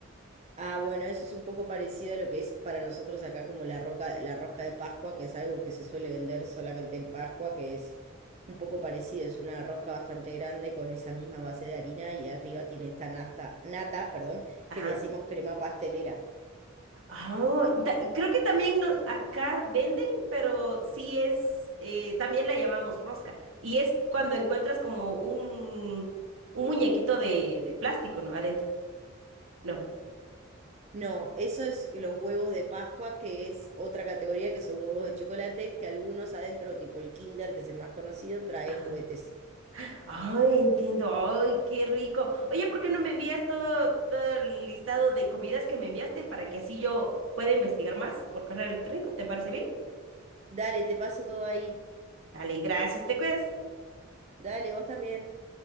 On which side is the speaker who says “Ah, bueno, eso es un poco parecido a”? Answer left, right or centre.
Right